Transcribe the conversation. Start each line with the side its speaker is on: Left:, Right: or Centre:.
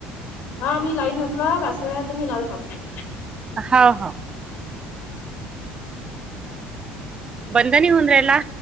Left: हा मी लाईनमधला पास वेळा तर मीला पासे
Right: हो हो बंदनी होनरेला